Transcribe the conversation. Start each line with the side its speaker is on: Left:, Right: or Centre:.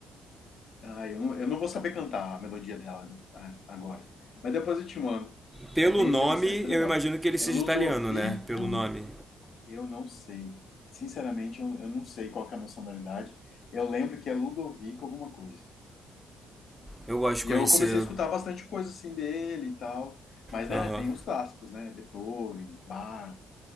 Left: Ah, eu não, eu não vou saber cantar a melodia dela ah, agora. Mas depois eu te mando.
Centre: Pelo
Left: É bem
Centre: nome,
Left: interessante, é legal.
Centre: eu imagino que ele seja
Left: É Ludovico,
Centre: italiano, né? Pelo nome.
Left: eu não sei. Sinceramente, eu, eu não sei qual que é a nacionalidade. Eu lembro que é Ludovico alguma coisa.
Centre: Eu gosto de
Left: E
Centre: conhecer.
Left: eu comecei a escutar bastante coisa assim dele e tal. Mas,
Centre: Aham.
Left: né, tem os clássicos, né? Beethoven, Bach